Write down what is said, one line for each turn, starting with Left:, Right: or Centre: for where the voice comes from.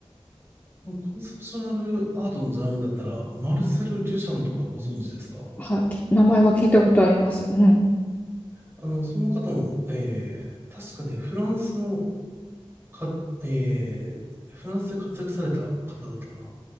Right: もうコンセプショナルアートのジャンルだったら、マルセル・デュシャンとかご存知ですか
Left: は、き名前は聞いたことあります。うん。
Right: あの、その方も、えー、確かね、フランスのか、えー、フランスで活躍された方だったかな